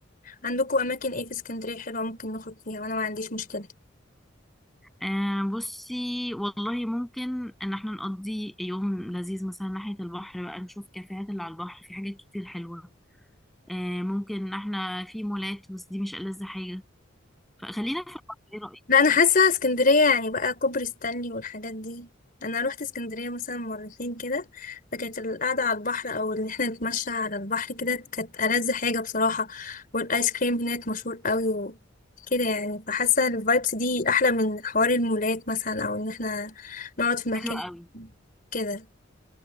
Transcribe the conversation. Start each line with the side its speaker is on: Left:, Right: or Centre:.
Left: عندكم اماكن ايه في اسكندرية حلوة ممكن نخرج فيها وانا ما عنديش مشكلة
Centre: آه بصي والله ممكن ان احنا نقضي يوم لذيذ مثلا ناحية البحر بقى نشوف كافيهات اللي على البحر في حاجات كتير حلوة آه ممكن ان احنا في مولات بس دي مش ألذ حاجة فخلينا في البحر ايه رأيك؟
Left: لا انا حاسه اسكندريه يعني بقى كوبري ستانلي والحاجات دي انا روحت اسكندريه مثلا مرتين كده فكانت القعده على البحر او ان احنا نتمشى على البحر كده كانت ألذ حاجه بصراحه والايس كريم هناك مشهور قوي وكده يعني فحاسه الفايبس دي احلى من حوار المولات مثلا او ان احنا نقعد في مكان
Centre: حلو قوي
Left: كده